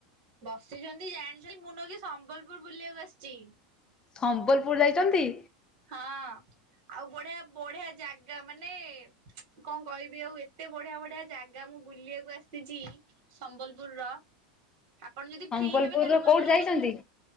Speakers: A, on the right; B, on the left.
A: ବସିଚନ୍ତି ଜାଣିଚନ୍ତି ମୁଁ ନୁହଁକି ସମ୍ବଲପୁର ବୁଲିବାକୁ ଆସିଚି।
B: ସମ୍ବଲପୁର ଯାଇଚନ୍ତି?
A: ହଁ ଆଉ ବଢିଆ ବଢିଆ ଜାଗା ମାନେ କଣ କହିବି ଆଉ ଏତେ ବଢିଆ ବଢିଆ ଜାଗା ମୁଁ ବୁଲିବାକୁ ଆସିଛି। ସମ୍ବଲପୁରର ଆପଣ ଯଦି
B: ସମ୍ବଲପୁରର
A: ଫ୍ରି ହେବେ ତାହେଲେ ମୁଁ
B: କୋଉଠି
A: ଆପଣଙ୍କୁ
B: ଯାଇଛନ୍ତି?
A: ସବ୍